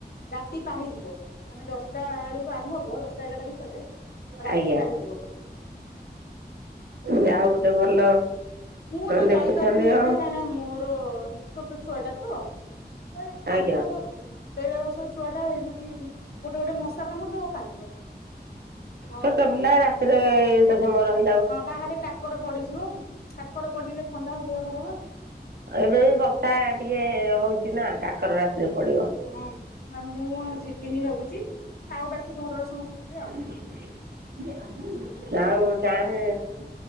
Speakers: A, on the left; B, on the right.
A: ରାତି ପାହିଯିବ ମାନେ ଦଶଟା ବେଳକୁ ଆରମ୍ଭ ହବ ଦଶଟା ଏଗାରଟା ଭିତରେ ରାତି
B: ଆଜ୍ଞା
A: ପାହିଯିବ <inaudible> ଆଉ
B: ଯାହା ହଉ ଗୋଟେ ଭଲ
A: ମୁଁ ତ
B: ଦେଖୁଛନ୍ତି
A: ଯାଇପାରୁନି ଏବେ
B: ଆଉ
A: କାହିଁକି ନା ମୋର ଛୋଟ ଛୁଆଟା ତ। ଛୁଆ ଯଦି କାନ୍ଦିିବ
B: ଆଜ୍ଞା
A: ଦେଢ ବର୍ଷ ଛୁଆ ଟା ହେଇଠେ ଯଦି ଗୋଟେ ଗୋଟେ ମଶା କାମୁଡି ଦବ କାନ୍ଦିବ। ଆଉ
B: ଛୋଟ ନାଁ ରାତିରେ ଏତେ ସମୟ ରହି
A: ହଁ ବାହାରେ କାକର ପଡିଯିବ କାକର ପଡିଲେ ଥଣ୍ଡା ହ ଦେହ ଖରାବ।
B: ଏବେ ବି ବର୍ଷା ଟିକେ ହଉଚି ନା କାକର ରାତିରେ ପଡିବ।
A: ହଁ ନା ମୁଁ ଆଉ ଯିବିନି ଭାବୁଚି। ଆଉ ବାକି ଘରର ସମସ୍ତେ ଯିବେ ଆଉ।
B: <inaudible>